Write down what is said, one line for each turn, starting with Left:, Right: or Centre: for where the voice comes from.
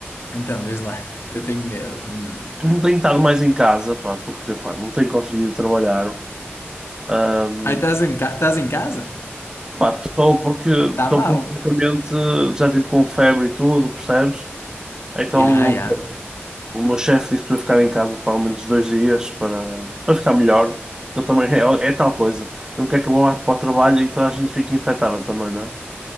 Left: Então, desde lá, até tenho medo. Hum.
Right: Eu não tenho estado mais em casa, pá, porque pá, não tenho conseguido trabalhar. Ahm,
Left: Aí estás em, ca- estás em casa?
Right: pá, estou porque estou
Left: Está mal.
Right: completamente, já tipo com febre e tudo, percebes? Então
Left: Já, já.
Right: o meu chefe disse para eu ficar em casa para ao menos dois dias para, para ficar melhor. Eu também é, é tal coisa. Não quer que eu vá para o trabalho e toda a gente fique infectada também, né?